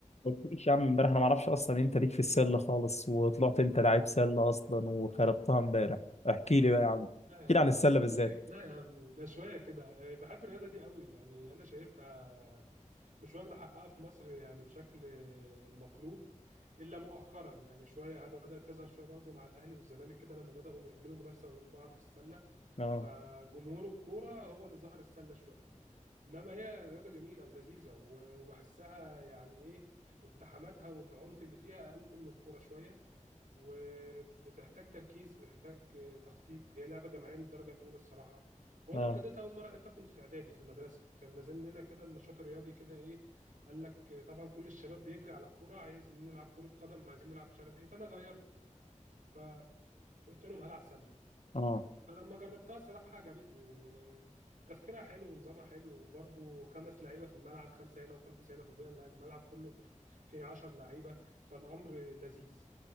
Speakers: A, on the left; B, on the right.
A: ما قلتليش يا عم امبارح انا ما اعرفش اصلا انت ليك في السله خالص وطلعت انت لعيب سله اصلا وخربتها امبارح احكي لي بقى يا عم
B: لا
A: احكي
B: يا
A: لي
B: عم
A: عن السله بالذات
B: <laughs> لا يا عم ده شويه كده آه، بحب الرياضه دي قوي يعني انا شايفها مش واخده حقها في مصر يعني بشكل المطلوب الا مؤخرا يعني شويه بدات تظهر شويه برضو مع الاهلي والزمالك كده لما بداوا يعملوا منافسه ما بين بعض في السله
A: اه
B: فجمهور الكوره هو اللي ظهر السله شويه انما هي رياضه جميله ولذيذه و- وبحسها يعني ايه التحاماتها والعنف اللي فيها اقل من الكوره شويه وبتحتاج تركيز بتحتاج آه، تخطيط هي لعبه جماعيه من الدرجه الاولى الصراحه وانا
A: اه
B: ابتديتها اول مره لعبتها كنت في اعدادي في المدرسه كان نازل لنا كده النشاط الرياضي كده ايه قال لك آه، طبعا كل الشباب بيجري على الكوره عايزين نلعب كره قدم عايزين نلعب مش عارف ايه فانا غيرت فقلت لهم هلعب سله
A: اه
B: فلما جربتها الصراحة عجبتني وتفكيرها حلو ونظامها حلو وبرضه خمس لعيبة في الملعب خمسة هنا وخمسة هنا في البيئة الملعب كله فيه عشر لعيبة فالأمر لذيذ